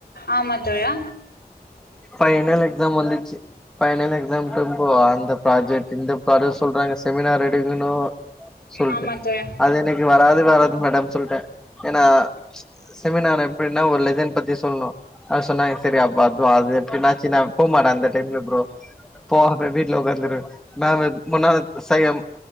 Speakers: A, on the left (about 80°); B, in the centre.
A: ஆமா தோழா
B: ஃபைனல் எக்ஸாம் வந்துட்ச்சு ஃபைனல் எக்ஸாம் டும்போ அந்த ப்ராஜெக்ட் இந்த ப்ராஜெக்ட் சொல்றாங்க செமினார் எடுக்கணு சொல்ட்டே
A: ஆமா தோழா
B: அது எனக்கு வராது வராது மேடம் சொல்ட்டே ஏனா செமினார் எப்டினா ஒரு லெசன் பத்தி சொல்ணு அது சொன்னாங்க சேரி அப்ப அத் ப்ரோ அது எப்டினாச்சு நா போமாட்டே அந்த டைம்ல ப்ரோ போகாம வீட்ல ஒக்காந்துருவே நா வந் முன்னால செய்யம்